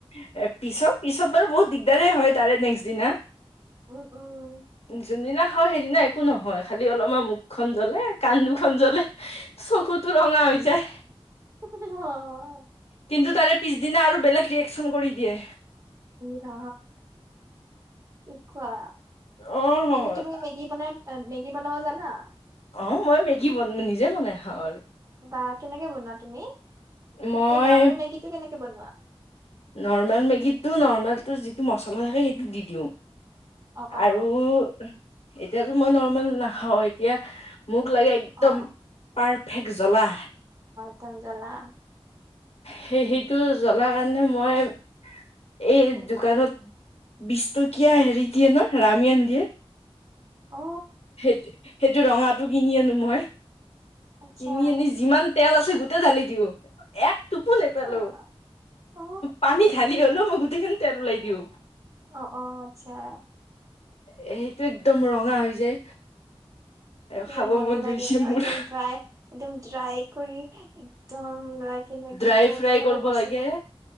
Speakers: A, on the left (about 80°); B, on the right (about 35°).
A: এ পিছত পিছত বাৰু বহুত দিগদাৰে হয় তাৰে নেক্সট দিনা
B: উম উম
A: যুনা আহ সেইদিনা একো নহয় খালি অলপমান মুখখন জ্বলে কান্দ দুখনন জ্বলে চকুতো ৰঙা হৈ যায়
B: ঘ
A: কিন্তু তাৰে পিছদিনা আৰু বেলেগ ৰিয়েকশচন কৰি দিয়ে
B: া কি কোৱা
A: অ',
B: এনে তুমি মেগী বনাই নেগী বনাব জানা
A: অ মই মেগী বন নিজে বনাই খাওঁ আৰু
B: বা কেনেকে বনোৱা তুমি এই
A: মই
B: নৰ্মেল মেগী টো কেনেকে বনোৱা
A: নৰ্মেল মেগীটো নৰ্মেলটো যিটো মছলা থাকে সেইটো দি দিওঁ
B: অ অ
A: আৰু এতিয়াতো মই নৰ্মেল নাখাও এতিয়া মোক লাগে একদম
B: অ
A: পাৰফেক্ট জ্বলা
B: ম জলা
A: সেই সেইটো জ্বলাৰ কাৰণে মই
B: উম
A: এই দোকানত বিটকীয়া হেৰি দিয়ে ন ৰামায়ান দিয়ে
B: অ
A: সেইটো সেইটো ৰঙাটো কিনি আনো মই
B: আচ্ছা
A: কিনি আনি যিমান তেল আছে গোটেই ঢালি দিওঁ এক টোপো
B: কি
A: নেপেলো
B: কোৱা অ
A: পানীত খালি গলো মই গোতেেইখিনি তেল লাই দিব
B: অ অ আচ্ছা
A: সেইটো একদম ৰঙা হৈ যায়
B: কি
A: খাব
B: মজা
A: মন
B: লাগে
A: গৈছে
B: ন
A: মোৰ
B: একদম ্ৰাই একদম ্ৰাই কৰি ত ল কি
A: ড্ৰাই
B: তম
A: ফ্ৰাই
B: ত ঘ
A: কৰিব
B: বচ
A: লাগে
B: না